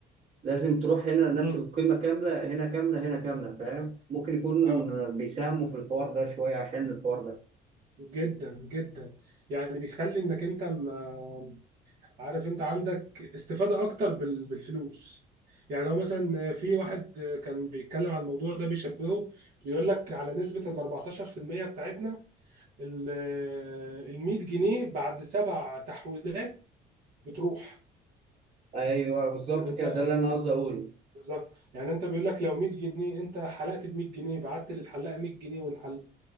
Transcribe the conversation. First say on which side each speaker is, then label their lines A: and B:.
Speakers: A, on the right; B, on the right.
A: لازم تروح هنا نفس
B: مم.
A: القيمة كاملة هنا كاملة هنا كاملة فاهم ممكن يكون
B: اه
A: بيساهموا في الحوار ده شوية عشان الحوار ده
B: جدا جدا يعني بيخلي انك انت ما عارف انت عندك استفادة اكتر بال- بالفلوس يعني هو مثلا في واحد كان بيتكلم على الموضوع ده بيشبهه بيقول لك على نسبة ال 14% بتاعتنا ال 100 جنيه بعد سبع تحويلات بتروح
A: ايوه بالظبط
B: يعني انت
A: كده
B: ال-
A: ده اللي انا قصدي اقوله
B: بالظبط يعني انت بيقول لك لو 100 جنيه انت حلقت ب 100 جنيه بعت للحلاق 100 جنيه والحلاق